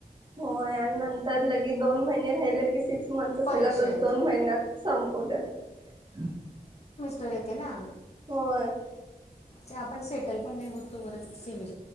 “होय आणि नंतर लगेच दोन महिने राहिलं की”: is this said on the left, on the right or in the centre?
Right